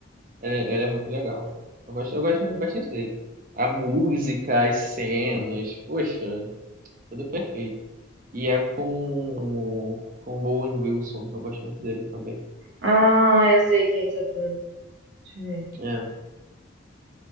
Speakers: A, on the right; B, on the right.
A: Ele, ele é muito legal. Eu gosto, eu gosto muito bastante dele. A música, as cenas, poxa, tudo perfeito. E é com. Com o Owen Wilson. Eu gosto muito dele também.
B: Ah, eu sei quem é esse ator. Deixa eu ver.
A: É,